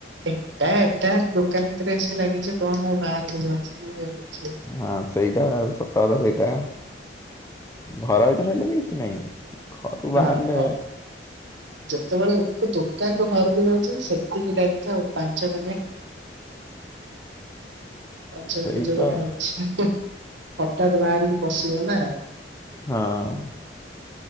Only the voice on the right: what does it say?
ଏଟା ଏଟା ଦୋକାନ ଭିତରେ ଏସି ଲାଗିଛି, କଣ ଆଉ ବାହାରକୁ ଜଣା ପଡିବ। <unintelligible>
ହଁ
ଖ ଯେତେବେଳେ ଏଠୁ ଦୋକାନରୁୁ ଘରକୁ ଯାଉଛି, ସେତିକି ଟାଇମ ତ ପାଞ୍ଚ ମିନି ପାଞ୍ଚ ମିନିଟ
ଯୋଉ
ଭଳିଆ ହଉଛି। ହଠାତ୍ ବାହାରିକି ପଶିବ ନା।